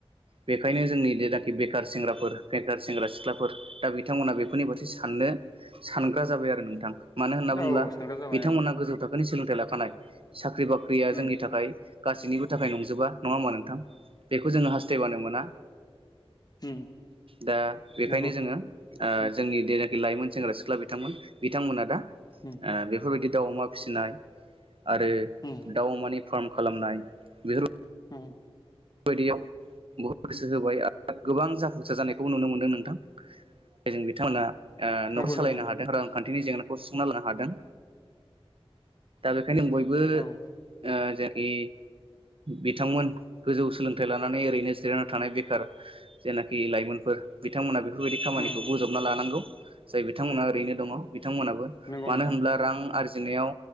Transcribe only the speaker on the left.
औ
सांग्रां जाबाय
औ
उम
उम
नंगौ
उम
उम
उम।
नंगौ
नंगौ नोंथां
औ
उम
नंगौ
नोंथां